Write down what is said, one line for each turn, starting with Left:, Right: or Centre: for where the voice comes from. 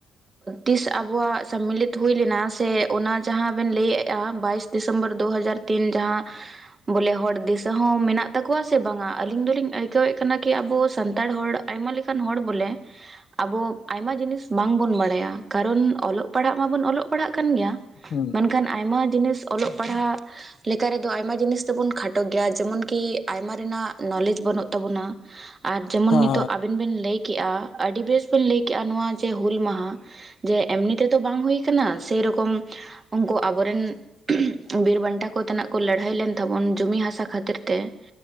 Right: ᱛᱤᱥ ᱟᱵᱚᱣᱟᱜ ᱥᱚᱢᱢᱤᱞᱤᱛ ᱦᱩᱭ ᱞᱮᱱᱟ ᱥᱮ ᱚᱱᱟ ᱡᱟᱦᱟᱸ ᱵᱮᱱ ᱞᱟᱹᱭᱮᱜᱼᱟ ᱵᱟᱭᱤᱥ ᱰᱤᱥᱮᱢᱵᱚᱨ ᱫᱩᱦᱟᱡᱟᱨ ᱛᱤᱱ ᱡᱟᱦᱟᱸ
Left: ᱛᱤᱱ ᱜᱚᱴᱮᱝ ᱠᱷᱮᱛ ᱛᱟᱢ
Right: ᱵᱚᱞᱮ ᱦᱚᱲ ᱫᱤᱥᱟᱹ ᱦᱚᱸ ᱢᱮᱱᱟᱜ ᱛᱟᱠᱚᱣᱟ ᱥᱮ ᱵᱟᱝᱟ ᱟᱹᱞᱤᱧ ᱫᱚᱞᱤᱧ ᱟᱹᱭᱠᱟᱹᱣᱮᱜ ᱠᱟᱱᱟ ᱠᱤ ᱟᱵᱚ ᱥᱟᱱᱛᱟᱲ ᱦᱚᱲ ᱟᱭᱢᱟ ᱞᱮᱠᱟᱱ ᱦᱚᱲ ᱵᱚᱞᱮ ᱟᱵᱚ ᱟᱭᱢᱟ ᱡᱤᱱᱤᱥ ᱵᱟᱝᱵᱚᱱ ᱰᱟᱲᱟᱭᱟ ᱠᱟᱨᱚᱱ ᱚᱞᱚᱜ ᱯᱟᱲᱦᱟᱜ ᱢᱟᱵᱚᱱ ᱚᱞᱚᱜ ᱯᱟᱲᱦᱟᱜ ᱠᱟᱱ ᱜᱮᱭᱟ
Left: ᱦᱩᱸ᱾
Right: ᱠᱷᱟᱱ ᱟᱭᱢᱟ ᱡᱤᱱᱤᱥ ᱚᱞᱚᱜ ᱯᱟᱲᱦᱟᱣ ᱞᱮᱠᱟ ᱨᱮᱫᱚ ᱟᱭᱢᱟ ᱡᱤᱱᱤᱥ ᱫᱚᱵᱚᱱ ᱠᱷᱟᱴᱚ ᱜᱮᱭᱟ ᱡᱮᱢᱚᱱ ᱠᱤ ᱟᱭᱢᱟ ᱨᱮᱱᱟᱜ ᱱᱚᱞᱮᱡ ᱵᱟᱹᱱᱩᱜ ᱛᱟᱵᱚᱱᱟ ᱟᱨ ᱡᱮᱢᱚᱱ
Left: ᱦᱮᱸ
Right: ᱱᱤᱛᱚᱜ ᱟᱵᱤᱱ ᱵᱤᱱ ᱞᱟᱹᱭ ᱠᱮᱜᱼᱟ ᱟᱹᱰᱤ ᱵᱮᱥ ᱵᱤᱱ ᱞᱟᱹᱭ ᱠᱮᱜᱼᱟ ᱱᱚᱣᱟ ᱡᱮ ᱦᱩᱞ ᱢᱟᱦᱟ ᱡᱮ ᱮᱢᱱᱤ ᱛᱮᱫᱚ ᱵᱟᱝ ᱦᱩᱭ ᱟᱠᱟᱱᱟ ᱥᱮᱨᱚᱠᱚᱢ ᱩᱱᱠᱩ ᱟᱵᱚᱨᱮᱱ, ᱵᱤᱨ ᱵᱟᱱᱴᱟ ᱠᱚᱛᱮᱱᱟᱜ ᱠᱚ ᱞᱟᱹᱲᱦᱟᱹᱭ ᱞᱮᱱ ᱛᱟᱵᱚᱱ ᱡᱩᱢᱤ ᱦᱟᱥᱟ ᱠᱷᱟᱹᱛᱤᱨ ᱛᱮ ᱾